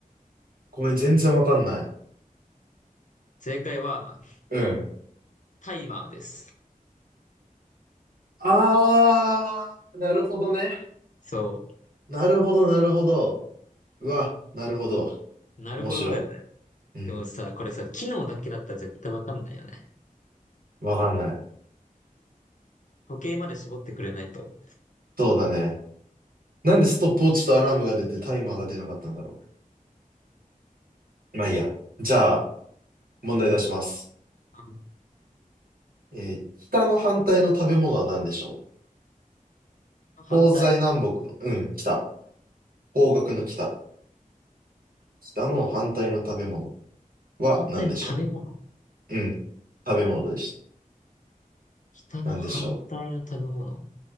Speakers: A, on the right; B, on the left.
A: ごめん、全然わかんない。
B: 正解は
A: うん。
B: タイマーです。
A: あー、なるほどね。
B: そ
A: なるほど、なるほど。うわ、なるほど。
B: う。なるほどだよね。
A: 面白い。うん。
B: でもさ、これさ、機能だけだったら絶対わかんないよね。
A: わかんない。
B: 時計まで絞ってくれないと。
A: そうだね。なんでストップウォッチとアラームが出てタイマーが出なかったんだろう。まあいいや。じゃあ、問題出します。
B: あ
A: えー北の反対の食べ物は何でしょ
B: の反対
A: う東西南北の。うん、北。方角の北。北の反対の食べ物
B: の、
A: は何でしょ
B: 反対の食べ物。
A: ううん。食べ物です。
B: 北の反対の食べ物。
A: 何でしょ